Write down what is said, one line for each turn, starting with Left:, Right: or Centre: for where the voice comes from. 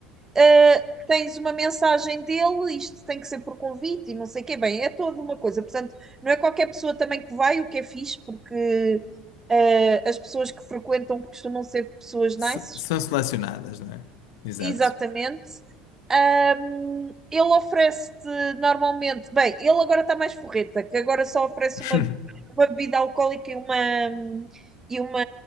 Right: Uh, tens uma mensagem dele, isto tem que ser por convite e não sei o quê. Bem, é toda uma coisa. Portanto, não é qualquer pessoa também que vai, o que é fixe, porque uh, as pessoas que frequentam costumam ser pessoas
Left: S-
Right: nice.
Left: são selecionadas, não é? Exato.
Right: Exatamente. Um, ele oferece-te normalmente. Bem, ele agora está mais forreta, que agora só oferece
Left: <laughs>
Right: uma, uma bebida alcoólica e uma, e, uma,